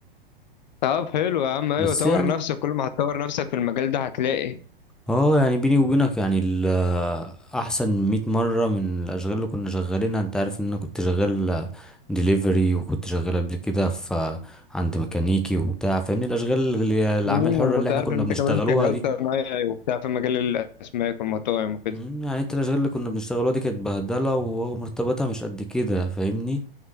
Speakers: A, on the left; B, in the centre.
A: طب حلو يا عم ايوه
B: بس
A: طور
B: يعني
A: نفسك كل ما هتطور نفسك في المجال ده هتلاقي
B: اه يعني بيني وبينك يعني ال- احسن 100 مرة من الاشغال اللي كنا شغالينها انت عارف ان انا كنت شغال ديليفري وكنت شغال قبل كده في عند ميكانيكي وبتاع فاهمني الاشغال اللي الاعمال
A: امم
B: الحرة
A: انا كنت
B: اللي احنا
A: عارف
B: كنا
A: ان انت
B: بنشتغلوها
A: كمان شغال
B: دي
A: صنايعي وبتاع في مجال الاسماك والمطاعم وكده
B: مم، يعني انت الاشغال اللي كنا بنشتغلوها دي كانت بهدله ومرتباتها مش قد كده فاهمني